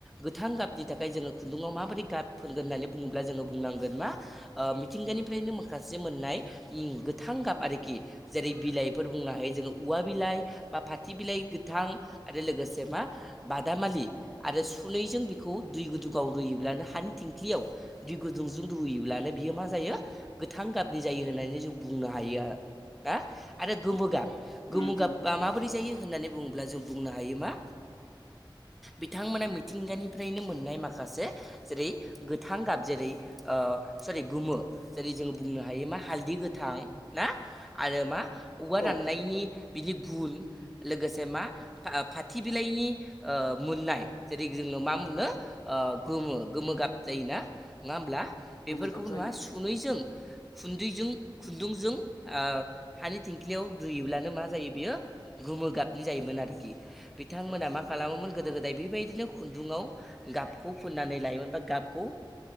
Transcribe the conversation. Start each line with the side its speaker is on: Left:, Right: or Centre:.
Centre: गोथां गाबनि थाखाय जोङो खुन्दुङाव माबोरै गाब फोनगोन होननानै बुङोब्ला जोङो बुंनांगोन मा ओ मिथिंगानिफ्रायनो माखासे मोननाय गोथां गाब आरोखि जेरै बिलाइफोर बुंनो हायो जोङो औवा बिलाइ बा फाथि बिलाइ गोथां आरो लोगोसे मा बादामालि आरो सु नैजों बि बेखौ दै गुदुङाव रुयोब्लानो हानि थिंख्लियाव दै गुदुंजों रुयोब्लानो बियो मा जायो गोथां गाबनि जायो होननानै जों बुंनो हायो। ना आरो गोमो गाब गोमो
Left: उम
Centre: गाबा
Left: उम
Centre: माबोरै जायो होननानै बुङोब्ला जों बुंनो हायो मा बिथांमोना मिथिंगानिफ्रायनो मोननाय माखासे जेरै गोथां गाब जेरै सरि गोमो जेरै जोङो बुंनो हायो मा हालदै गोथां ना आरो मा औवा
Left: औ
Centre: राननायनि बिदि बुन लोगोसे मा फाथि बिलाइनि मोननाय जेरै जोङो मा मोनो गोमो गोमो गाब जायोना नङा होमब्ला बेफोरखौ
Left: गोमो गाब जायो
Centre: नङा
Left: आं
Centre: सुनैजों खुन्दैजों खुन्दुंजों हानि थिेंख्लियाव रुयोब्लानो मा जायो बेयो गोमो गाबनि जायोमोन आरोखि बिथांमोना मा खालामोमोन गोदो गोदाय बेबायदि बिदिनो खुन्दुुंङाव गाबखौ फोननानै लायोमोन बा गाबखौ